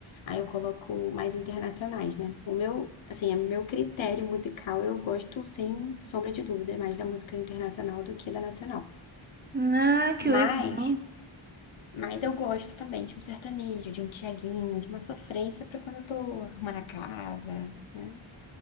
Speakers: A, on the left; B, on the right.
A: Aí eu coloco mais internacionais, né? O meu, assim, é meu critério musical, eu gosto, sem sombra de dúvida, mais da música internacional do que da nacional.
B: Ah, que
A: Mas,
B: legal.
A: mas eu gosto também de um sertanejo, de um Tiaguinho, de uma sofrência para quando eu tô arrumando a casa, né?